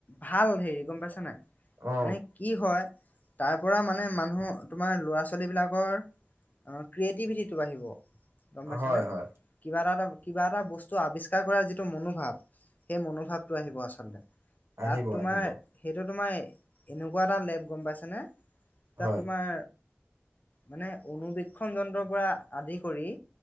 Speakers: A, on the left; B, on the right.
A: ভাল হেৰি, গম পাইছা নে নাই?
B: অ
A: মানে কি হয়, তাৰপৰা মানে মানুহ তোমাৰ ল'ৰা-ছোৱালীবিলাকৰ অহ ক্ৰিয়েটিভিটিটো বাঢ়িব, গম পাইছানে,
B: হয় হয়
A: কিবা এটা, এটা কিবা এটা বস্তু আৱিষ্কাৰ কৰা যিটো মনোভাৱ, সেই মনোভাৱটো আহিব আচলতে।
B: আহিব
A: তাত তোমাৰ
B: আহিব
A: সেইটো তোমাৰ এনেকুৱা এটা লেব, গম পাইছানে? তাত
B: হয়
A: তোমাৰ মানে অনুবীক্ষণ যন্ত্ৰৰ পৰা আদি কৰি